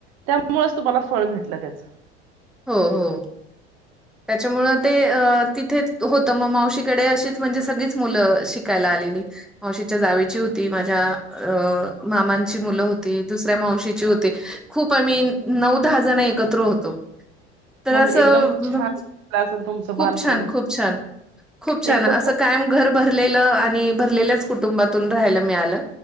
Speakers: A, on the right; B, in the centre.
A: त्यामुळेच तुम्हाला फळ भेटलं त्याच.
B: हो हो त्याच्यामुळं ते अ तिथेच होत, मग मावशीकडे अशीच म्हणजे सगळीच मुलं शिकायला आलेली. मावशीच्या जावेची होती, माझ्या अ मामांची मुलं होती, दुसऱ्या मावशीची होती. खूप आम्ही नऊ -दहा जण एकत्र होतो. तर
A: मग
B: असं,
A: एकदम छान गेलं असेल तुमचं
B: खूप
A: बालपण
B: छान, खूप छान खूप छान
A: एकदमच
B: असं कायम घर भरलेलं आणि भरलेल्याच कुटुंबातून राहायला मिळालं.